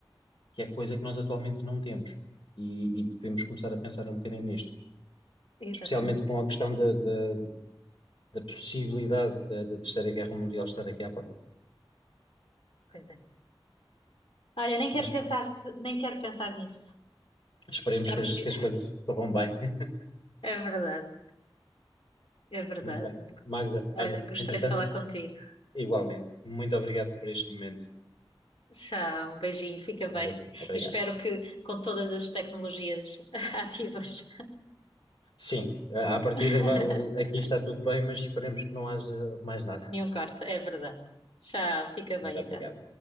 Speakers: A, on the left; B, on the left.
A: que é coisa que nós atualmente não temos. E, e devemos começar a pensar um bocadinho nisto,
B: Exatamente,
A: especialmente com a questão da, da, da possibilidade da, da Terceira Guerra Mundial estar aqui à porta.
B: pois é. Olha, nem quero
A: Mas
B: pensar, se- nem quero pensar nisso.
A: esperemos
B: Já
A: que
B: mexi.
A: as, que as coisas corram bem. <laughs>
B: É verdade, é verdade.
A: Muito bem. Magda,
B: Olha,
A: olha,
B: gostei
A: entretanto,
B: de falar contigo.
A: igualmente, muito obrigado por este momento.
B: Tchau, um beijinho, fica bem.
A: Muito obrigado.
B: E espero que com todas as tecnologias <laughs> ativas,
A: Sim, à partida
B: <laughs>
A: va- aqui está tudo bem, mas esperemos que não haja mais nada.
B: nenhum corte, é verdade. Tchau, fica
A: Muito
B: bem
A: obrigado.
B: então.